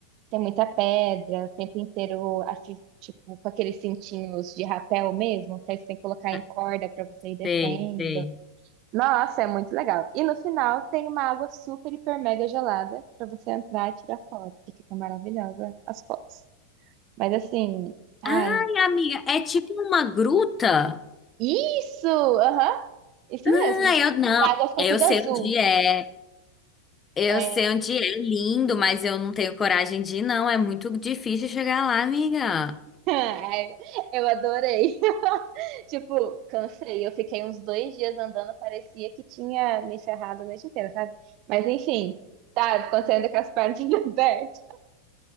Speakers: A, on the right; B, on the left.
A: Tem muita pedra, o tempo inteiro, afi- tipo, com aqueles cintinhos de rapel mesmo, que aí você tem que colocar
B: É,
A: em corda pra você ir descendo.
B: Sei, sei.
A: Nossa, é muito legal. E no final tem uma água super, hiper, mega gelada pra você entrar e tirar foto, que fica maravilhosa as fotos. Mas assim, ai.
B: Ai, amiga, é tipo uma gruta?
A: Isso! Aham, isso
B: Ah,
A: mesmo.
B: eu não.
A: E a água fica
B: Eu
A: tudo
B: sei
A: azul.
B: onde é. Eu
A: É,
B: sei onde é lindo, mas eu não tenho coragem de ir, não. É muito difícil chegar lá, amiga.
A: <laughs> Ai, Eu adorei. <laughs> Tipo, cansei. Eu fiquei uns dois dias andando, parecia que tinha me ferrado a noite inteira, sabe? Mas enfim, sabe? Quando você anda com as pernas <laughs> abertas.